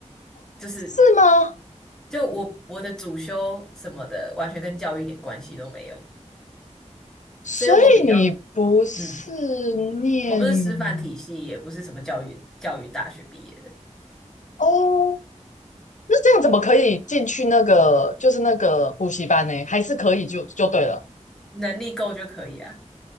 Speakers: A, in the centre; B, on the left (about 80°).
A: 就是
B: 是吗？
A: 就我我的主修什么的，完全跟教育一点关系都没有，
B: 所以你不是
A: 所以我比较，嗯，
B: 念
A: 我不是师范体系，也不是什么教育教育大学毕业的，
B: 哦？那这样怎么可以进去那个就是那个补习班呢？还是可以就就对了？
A: 能力够就可以啊。